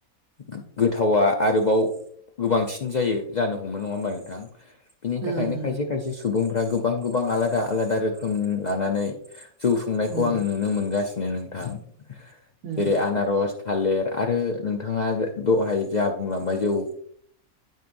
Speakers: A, on the left; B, on the right.
A: गो-गोथावा आरोबाव गोबांसिन जायो जानो हमो नङा होमबा नोंथां? बिनि
B: उम
A: थाखायनो खायसे खायसे सुबुंफ्रा गोबां गोबां आलादा आलादा रोखोम लानानै जौ संनायखौ
B: उम
A: आं नुनो मोनगासिनो नोंथां
B: उम
A: जेरै आनारस थालिर आरो नोंथाङा दहाय जा बुंलांबाय जौ